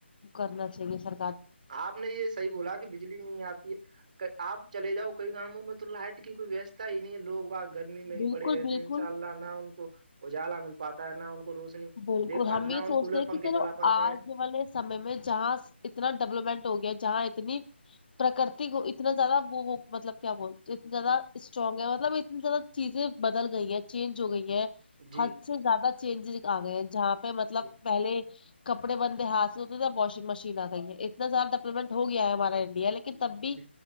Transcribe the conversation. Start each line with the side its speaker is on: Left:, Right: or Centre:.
Left: کرنا چاہیے سر
Right: آپ نے یہ صحیح بولا کہ بجلی نہیں آتی ہے کہ آپ چلے جاؤ کئی گاموں میں تو لائٹ کی کوئی ویوستھا ہی نہیں ہے لوگ واہ گرمی میں ہی
Left: بالکل
Right: پڑے رہتے
Left: بالکل
Right: ہیں ان شاء اللہ نہ ان کو اجالا مل پاتا ہے نہ ان کو روشنی
Left: بالکل
Right: دیکھ پاتے
Left: ہم یہ
Right: نہ
Left: سوچتے
Right: ان کولر
Left: ہیں
Right: پنکھے
Left: کہ چلو
Right: چلا پاتے
Left: آج
Right: ہیں
Left: والے سمے میں جہاں اتنا ڈیولپمنٹ ہو گیا جہاں اتنی پرکرتی کو اتنا زیادہ وہ وہ مطلب کیا بول اتنا زیادہ اسٹرانگ ہے مطلب اتنا زیادہ چیزیں بدل گئی ہے چینج ہو گئی ہے
Right: جی
Left: حد سے زیادہ چینج آگئے جہاں پہ مطلب
Right: جی
Left: پہلے کپڑے بندے ہاتھ سے دھوتے تھے واشنگ مشین آگئی ہے اتنا زیاد ڈیولپمنٹ ہو گیا ہے ہمارا انڈیا لیکن کہ تب بھی
Right: جی